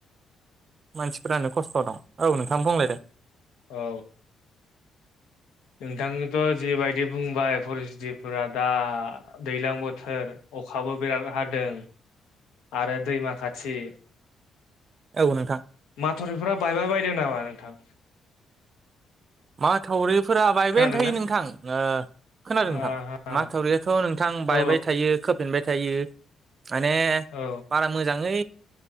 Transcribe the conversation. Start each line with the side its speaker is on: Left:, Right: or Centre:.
Right: <inaudible> मानसिफोरानो खस्थ' दं औ नोंथां बुंलाय दे।
Left: औ नोंथांनोथ' जिबायदि बुंबाय फरिस्तफोरा दा दैज्लां बोथोर अख खाबो बिराद हादों आरो दैमा खाथि।
Right: औ नोंथां।
Left: माथुरिफ्रा बायबाय बायदों नामा नोंथां?
Right: माथावरिफोरा बायबायानो
Left: खोनादोंना
Right: थायो नोंथां, ओ खोनादों
Left: आहा
Right: नोंथां माथावरियाथ' नोंथां
Left: औ
Right: बायबाय थायो खोफिनबाय थायो। माने
Left: औ
Right: बारा मोजाङै